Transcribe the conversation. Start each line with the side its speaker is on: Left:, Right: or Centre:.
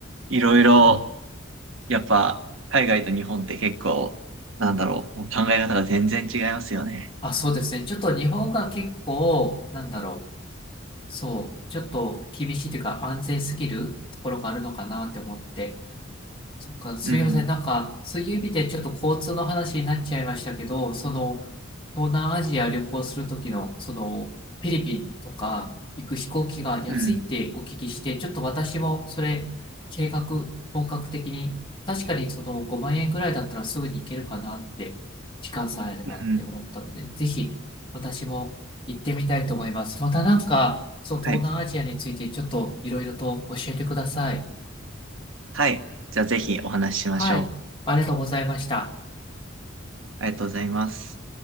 Right: いろいろ、やっぱ、海外と日本って結構、なんだろう、考え方が全然違いますよね。
Left: あ、そうですね。ちょっと日本が結構、なんだろう。そう。ちょっと厳しいというか、安全すぎるところがあるのかなって思って。そっか、すみません。
Right: うん、
Left: なんか、そういう意味でちょっと交通の話になっちゃいましたけど、その、東南アジア旅行するときの、その、フィリピンとか行く飛行機が安いってお聞きして、
Right: うん、
Left: ちょっと私もそれ、計画、本格的に、確かにその5万円ぐらいだったらすぐに行けるかなって、時間さえあればって思ったので、
Right: うん。
Left: ぜひ私も行ってみたいと思います。またなんか、そう、東南アジアについてちょっといろいろと教えてください。
Right: はい。はい。じゃあぜひお話ししましょ
Left: はい。ありがとうございました。
Right: う。ありがとうございます。